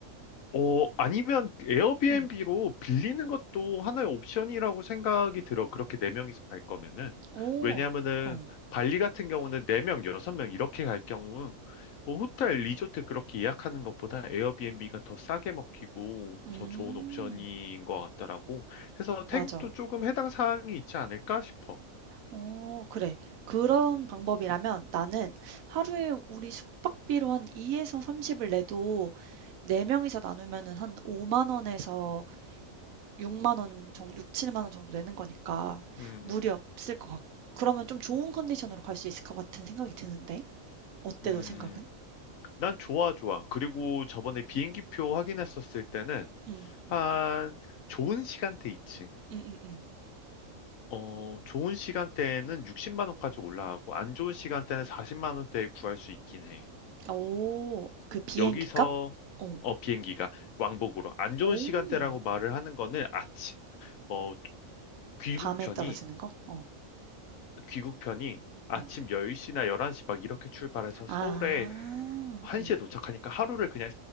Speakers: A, on the left (about 75°); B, on the right (about 80°).
A: 어, 아니면 에어비앤비로
B: 음.
A: 빌리는 것도 하나의 옵션이라고 생각이 들어. 그렇게 네명이서갈 거면은.
B: 오.
A: 왜냐면은
B: 어.
A: 발리 같은 경우는 네명 여섯 명 이렇게 갈 경우 뭐 호텔, 리조트 그렇게 예약하는 것보다 에어비앤비가 더 싸게 먹히고
B: 음.
A: 더 좋은 옵션인 것 같더라고. 그래서 태국도
B: 맞아.
A: 조금 해당 사항이 있지 않을까 싶어.
B: 어 그래. 그런 방법이라면 나는 하루에 우리 숙박비로 한2서3 0을 내도 4 명이서 나누면은 한5만 원에서 6만 원 정도, 6, 7만 원 정도 내는 거니까
A: 음,
B: 무리
A: 음.
B: 없을 것 같고. 그러면 좀 좋은 컨디션으로 갈 수 있을 것 같은 생각이 드는데. 어때,
A: 음,
B: 너 생각은?
A: 난 좋아, 좋아. 그리고 저번에 비행기표 확인했었을 때는
B: 응,
A: 한 좋은 시간대 있지.
B: 응, 응, 응.
A: 어, 좋은 시간대에는 60만 원까지 올라가고 안 좋은 시간대는 40만 원대에 구할 수 있긴 해.
B: 오, 그 비행기
A: 여기서
B: 값? 오,
A: 어, 비행기가 왕복으로 안 좋은
B: 오,
A: 시간대라고 말을 하는 거는 아침 어, 귀국편이
B: 밤에 떨어지는 거? 어,
A: 귀국편이 아침
B: 어.
A: 10시나 11시 막 이렇게 출발해서
B: 아,
A: 서울에 1시에
B: 응,
A: 도착하니까 하루를 그냥